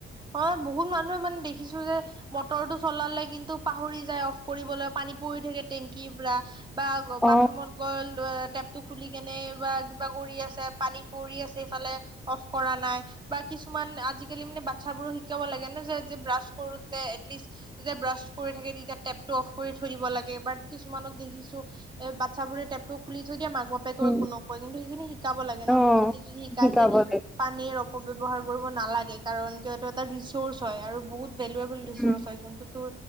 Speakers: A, on the right; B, in the centre.
A: হয় বহুত মানুহে মানে দেখিছো যে মটৰটো চলালে কিন্তু পাহৰি যায় অফ কৰিবলৈ পানী পৰি থাকে টেংকিৰ পৰা বা
B: অ
A: বাথৰুমত গল টেপ টো খুলি কেনে বা কিবা কৰি আছে পানী পৰি আছে ইফালে অফ কৰা নাই বা কিছুমান আজিকালি মানে বাচ্ছাবোৰো শিকাব লাগে ন যে যে ব্ৰাছ কৰোতে এটলিষ্ট যে ব্ৰাছ কৰি থাকে তেতিয়া টেপটো অফ কৰি থৈ দিব লাগে বা কিছুমানক দেখিছো এই বাচ্ছাবোৰে টেপটো খুলি থৈ দিয়ে মাক বাপে কৈ
B: উম
A: কোনে কয় কিন্তু সেইখিনি শিকাব লাগে ন
B: অ
A: সেইখিনি যদি শিকাই
B: শিকাব
A: যে
B: লাগিব
A: পানীৰ অপব্যৱহাৰ কৰিব নালাগে কাৰণ কিয়নো এটা ৰিচ'ৰ্চ হয় আৰু বহুত ভেলুুৱেবল ৰিচৰ্চ
B: উম
A: হয় যোনটো তোৰ